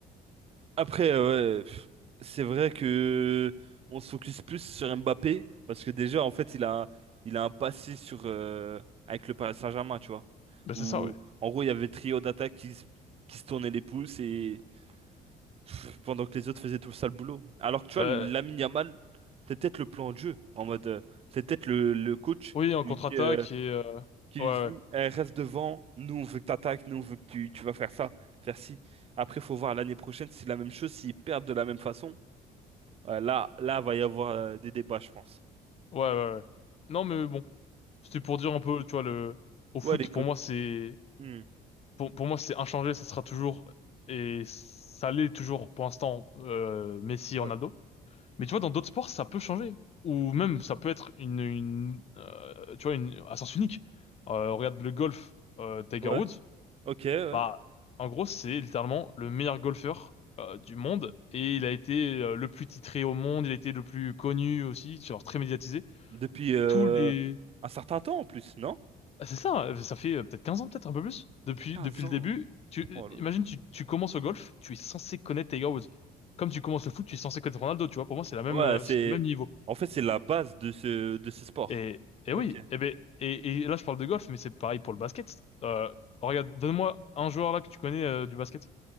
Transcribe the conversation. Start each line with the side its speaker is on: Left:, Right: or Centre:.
Right: Après, euh, ouais, pff, c'est vrai que on se focus plus sur Mbappé parce que déjà, en fait, il a, il a un passé sur euh, avec le Paris Saint-Germain, tu vois.
Left: Bah
Right: Où,
Left: c'est ça, ouais.
Right: en gros, il y avait le trio d'attaque qui, se- qui se tournait les pouces et pff, pendant que les autres faisaient tout le sale boulot. Alors que tu vois,
Left: Bah
Right: Lamine Yamal, c'est peut-être le plan de jeu en mode, euh, c'est peut-être le, le coach
Left: oui,
Right: qui
Left: en
Right: lui
Left: contre-attaque
Right: dit. euh,
Left: et euh,
Right: qui
Left: ouais,
Right: lui dit,
Left: ouais,
Right: Eh, reste devant, nous on veut que t'attaques, nous on veut que tu, tu vas faire ça, faire ci. Après, faut voir l'année prochaine si c'est la même chose, s'ils perdent de la même façon. Ouais, là, là, va y avoir euh, des débats, je pense.
Left: ouais, ouais, ouais. Non, mais bon, c'était pour dire un peu, tu vois, le au foot
Right: Ouais, les Go-
Left: pour moi c'est
Right: Hmm.
Left: Pour, pour moi, c'est inchangé, ça sera toujours, et ça l'est toujours pour l'instant, euh, Messi et
Right: Ouais,
Left: Ronaldo. Mais tu vois, dans d'autres sports, ça peut changer. Ou même, ça peut être une, une euh, tu vois, une, à sens unique. Euh, regarde le golf, euh, Tiger
Right: ouais,
Left: Woods,
Right: ok, ouais.
Left: bah, en gros, c'est littéralement le meilleur golfeur euh, du monde, et il a été euh, le plus titré au monde, il a été le plus connu aussi, genre très médiatisé.
Right: Depuis euh,
Left: Tous les,
Right: un certain temps en plus, non?
Left: Ah, C'est ça, euh, ça fait euh, peut-être 15 ans, peut-être un peu plus. Depuis,
Right: quinze
Left: depuis le
Right: ans.
Left: début, tu, euh,
Right: Oh là
Left: imagine,
Right: là.
Left: tu, tu commences au golf, tu es censé connaître Tiger Woods. Comme tu commences le foot, tu es censé connaître Ronaldo, tu vois. Pour moi, c'est la même,
Right: Ah Ouais,
Left: euh,
Right: c'est.
Left: c'est du même niveau.
Right: En fait, c'est la base de ce, de ce sport.
Left: Et, et
Right: Ok.
Left: oui, et, ben, et, et là, je parle de golf, mais c'est pareil pour le basket. Euh, regarde, donne-moi un joueur là que tu connais euh, du basket.